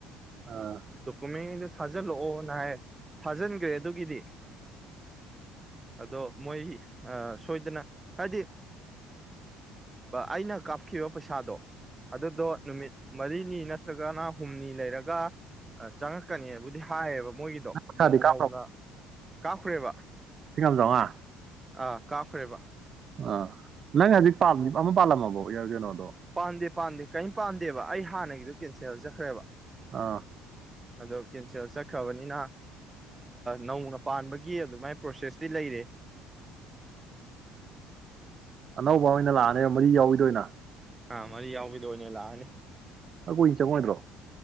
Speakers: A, on the right; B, on the right.
A: ꯑꯥ
B: ꯗꯣꯀꯨꯃꯦꯟ ꯒꯩꯗꯣ ꯊꯥꯖꯜ ꯑꯣꯅ ꯍꯏꯌꯦ꯫ ꯊꯥꯖꯤꯟꯈ꯭ꯔꯦ ꯑꯗꯨꯒꯤꯗꯤ꯫ ꯑꯗꯣ ꯃꯣꯏ ꯁꯣꯏꯗꯅ ꯍꯥꯏꯗꯤ ꯑꯩꯅ꯫ ꯀꯥꯞꯈꯤꯕ ꯄꯩꯁꯥꯗꯣ ꯑꯗꯨꯗꯣ ꯅꯨꯃꯤꯠ ꯃꯔꯤꯅꯤ ꯅꯠꯇ꯭ꯔꯒꯅ꯫ ꯍꯨꯝꯅꯤ ꯂꯩꯔꯒ ꯆꯪꯉꯛꯀꯅꯤꯕꯨꯗꯤ ꯍꯥꯏꯌꯦꯕ ꯃꯣꯏꯒꯤꯗꯣ
A: ꯄꯩꯁꯥꯗꯤ
B: ꯑꯃꯨꯛ
A: ꯀꯥꯞ
B: ꯅꯧꯅ꯫ ꯀꯥꯄꯈ꯭ꯔꯦꯕ꯫
A: ꯁꯤꯡꯒꯝ ꯆꯥꯝꯃꯉꯥ
B: ꯑꯥ ꯀꯞꯈꯔ꯭ꯦꯕꯥ꯫
A: ꯑꯥ꯫ ꯅꯪ ꯍꯧꯖꯤꯛ ꯄ ꯑꯃ ꯄꯥꯜꯂꯝꯃꯕ <unintelligible> <inaudible> ꯌꯥꯣꯖꯅꯣ
B: ꯄꯥꯟꯗꯦ ꯄꯥꯟꯗꯦ ꯀꯔꯤꯝ ꯄꯥꯟꯗꯦꯕ ꯑꯩ ꯍꯥꯟꯅꯒꯤꯗꯨꯣ ꯀꯦꯟꯁꯦꯜꯖꯈ꯭ꯔꯦꯕ
A: ꯑꯥ
B: ꯑꯗꯣ ꯀꯦꯟꯁꯦꯜ ꯆꯠꯈ꯭ꯔꯕꯅꯤꯅ ꯅꯧꯅ ꯄꯥꯟꯕꯒꯤ ꯑꯗꯨꯃꯥꯏꯅ ꯄ꯭ꯔꯣꯁꯦꯁꯇꯤ ꯂꯩꯔꯦ
A: ꯑꯅꯧꯕ ꯑꯣꯏꯅ ꯂꯥꯛꯑꯅꯦꯕ ꯃꯔꯤ ꯌꯥꯎꯏꯗꯣꯏꯅ
B: ꯑꯥ ꯃꯔꯤ ꯌꯥꯎꯕꯗꯣ ꯑꯣꯏꯅ ꯂꯥꯛꯑꯅꯤ
A: ꯑ ꯀꯣꯏ ꯆ ꯃꯥꯅꯤꯔꯣ